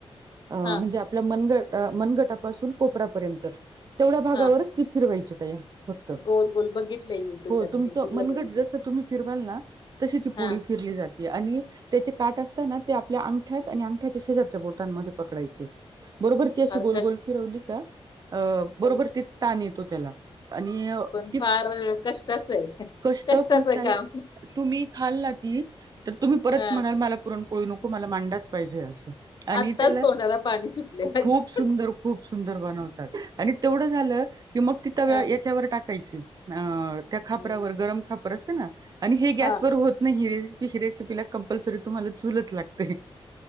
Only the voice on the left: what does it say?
हा
हा.
गोल गोल बघितलंय युट्यूबला
मी युट्यूबला
बघितले
हा
फार
कष्ट
पण
पण
फार कष्टाच आहे
कष्टाच
आहे
काम
हा
आत्ताच
तोंडाला पाणी सुटले माझ्या
हा
हम्म.
हा